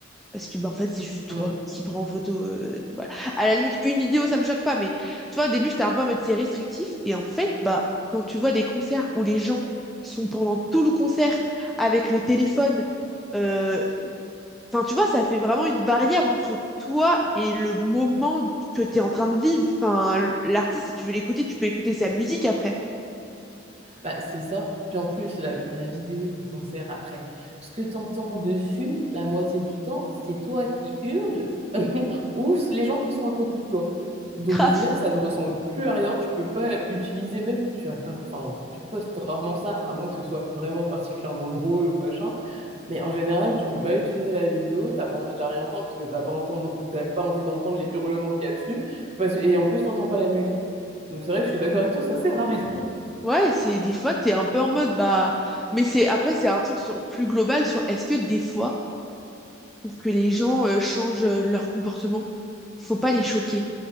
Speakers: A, in the centre; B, on the right (about 35°).
A: Parce que, bah, en fait, c'est juste toi
B: Mm.
A: qui prends en photo. euh, voilà. À la limite, une vidéo, ça me choque pas. Mais tu vois, au début, j'étais un peu en mode c'est restrictif. Et en fait, bah, quand tu vois des concerts où les gens sont pendant tout le concert avec le téléphone, euh, Enfin, tu vois, ça fait vraiment une barrière entre toi et le moment que t'es en train de vivre. Enfin, l- l'artiste, si tu veux l'écouter, tu peux écouter sa musique après.
B: Bah, c'est ça. Puis en plus, la, la vidéo du concert après, ce que t'entends dessus, la moitié du temps, c'est toi qui hurles <laughs> ou c- les gens qui sont à côté de toi. Donc
A: Grave.
B: au final, ça ne ressemble plus à rien. Tu peux pas utiliser même, tu as pas, enfin, tu postes rarement ça, à moins que ce soit vraiment particulièrement drôle ou machin. Mais en général, tu peux pas utiliser la vidéo. T'as pas envie de la réentendre parce que t'as pas entendre, t'as pas envie d'entendre les hurlements qu'il y a dessus. Parce- et en plus, t'entends pas la musique. Donc c'est vrai que je suis d'accord avec toi, ça sert à rien.
A: Ouais, c'est des fois, t'es un peu en mode, bah, mais c'est après, c'est un truc sur, plus global sur est-ce que des fois, pour que les gens euh, changent euh, leur comportement, faut pas les choquer.